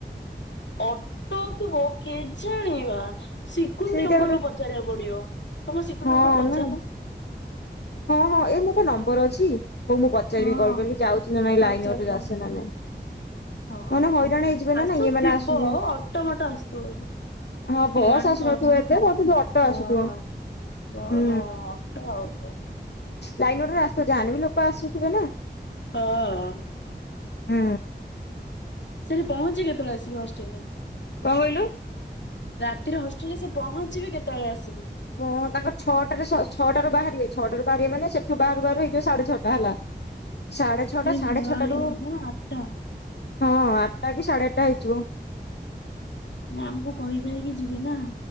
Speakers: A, on the left; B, on the left.
A: ଅଟୋ ଥିବ କେ ଜାଣିବା। ସିକୁରୁଟି
B: ସେଇଟା
A: ଅଙ୍କଲକୁ
B: ଗୋଟେ
A: ପଚାରିବାକୁ ପଡିବ, ତମେ ଶିକୁନ୍ତି
B: ହଁ
A: ଅଙ୍କଲ ପଚାରୁନୁ?
B: ନା ହଁ ହଁ ଏ ମୋର ନମ୍ବର ଅଛି। ହଉ ମୁଁ ପଚାରିବି
A: ହଁ
B: କଲ୍ କରିବି ଯାଉଚି ନା ନାଇଁ
A: ପଚାରିଦବା।
B: ଲାଇନ ଅଟେ ଆସେ ନା ନାଇଁ।
A: ହଁ ହ
B: ନହେଲେ ହଇରାଣ ହେଇଯିବେ ନା
A: ଆସୁଥିବ
B: ନାଇଁ ଇଏ ମାନେ ଆସିବେ
A: ଅଟୋ ମଟ ଆସୁଥିବ। କେଇଯାଣି
B: ହଁ ବସ୍ ଆସୁନଥିବ
A: ବସ
B: ଏତେ ବ କିନ୍ତୁ ଅଟୋ
A: ହଁ
B: ଆସୁଥିବ ହୁଁ
A: ହଁ।
B: ଲାଇନ ଅଟୋରେ <unintelligible> ଯାହା ବି ଲୋକ ଆସୁଥିବେ ନା।
A: ହଁ।
B: ହୁଁ।
A: ସେଠି ପହଞ୍ଚି କେତେବେଳେ ଆସିକି ହଷ୍ଟେଲରେ।
B: କଣ କହିଲୁ?
A: ରାତିରେ ହଷ୍ଟେଲରେ ସେ ପହଞ୍ଚିବି କେତେବେଳେ ଆସିବି?
B: ହଁ ତାଙ୍କ ଛଅଟାରେ ସ ଛଅଟାରୁ ବାହାରିବେ ଛଅଟାରୁ ବାହାରିବେ ମାନେ ସେଠୁ ବାହାରୁ ବାହାରୁ ହେଇଯିବ ସାଢେ ଛଅ <unintelligible> ସାଢେ ଛଅଟା
A: ଏ
B: ସାଢେ
A: ଭାଇ
B: ଛଅଟ ରୁ
A: ମାନେ ଆଠଟା
B: ହଁ ଆଠଟା କି ସାଢେ ଆଠଟା ହେଇଯିବ।
A: ମ୍ୟାମଙ୍କୁ କହିି କୁହାଇକି ଯିବିନା।